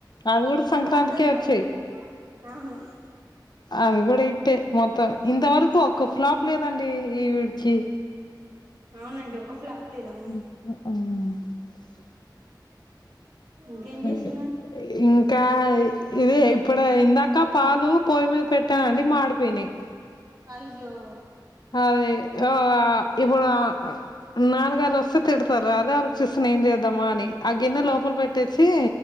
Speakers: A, on the left (about 65°); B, on the right (about 65°).
A: అవి గుడ సంక్రాంతికే
B: పాతవి
A: వచ్చాయ్
B: బా అవును
A: అవి గుడా హిట్టే మొత్తం ఇంత వరకు ఒక్క ఫ్లాప్ లేదండి ఈ వీడ్కి
B: అవునండి. ఒక ఫ్లాప్
A: <inaudible>
B: లేదు అవును ఇంకేం
A: అయ్యో
B: చేస్తున్నారు
A: ఇంకా ఇదే ఇప్పుడ్ ఇందా కా పాలు పొయ్యి మీద్ పెట్టానండి మాడిపోయినయ్
B: అయ్యో!
A: అదే ఆ ఇప్పుడా నాన్నగార్ వస్ స్తే తిడ్తార్ అదే ఆలోచిస్తున్న ఏం చేద్దాం అని ఆ గిన్న లోపల పెట్టేసి